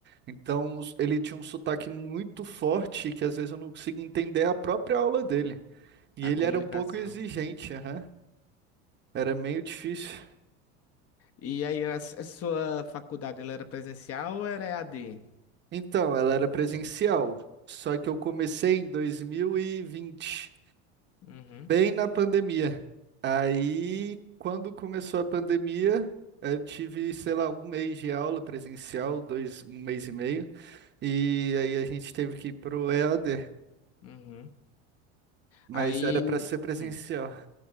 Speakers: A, on the right (about 35°); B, on the left (about 45°).
A: Então, os- ele tinha um sotaque muito forte que às vezes eu não conseguia entender a própria aula dele. E
B: A
A: ele
B: comunicação.
A: era um pouco exigente, aham. Era meio difícil.
B: E aí, a, s- a sua faculdade, ela era presencial ou era EAD?
A: Então, ela era presencial, só que eu comecei em dois mil e vinte.
B: Uhum,
A: bem na pandemia. Aí, quando começou a pandemia, eu tive, sei lá, um mês de aula presencial, dois, um mês e meio, e aí a gente teve que ir pro EAD,
B: uhum.
A: mas
B: Aí,
A: era para ser presencial.
B: Hum,